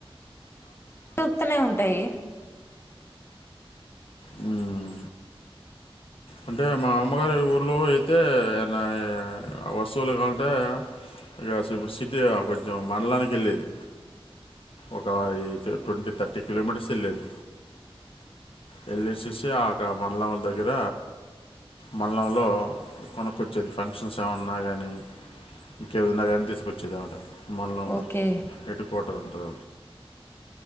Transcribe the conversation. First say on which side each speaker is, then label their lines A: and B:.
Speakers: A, on the left (about 25°); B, on the left (about 65°).
A: తొక్తనే ఉంటాయి
B: హ్మ అంటే మా అమ్మగారు ఊర్ ఇట్లో అయితే ఏన్న వస్తువులు కంటే ఇగా సిటీ కొంచ మాడ్లానికి వెళ్ళేది ఒక ట్వంటీ థర్టీ కిలోమీటర్స్ వెళ్ళేది వెళ్ళేసేసి ఆక్క మండలం దగ్గర మళ్ళంలో కొనుక్కొచ్చేది ఫంక్షన్స్ ఏమన్నా కానీ ఇంకేది ఉన్నా కానీ తీసుకొచ్చేది అన మాట మండలంలో
A: ఓకే
B: ఎటు హోటల్ ఉంటద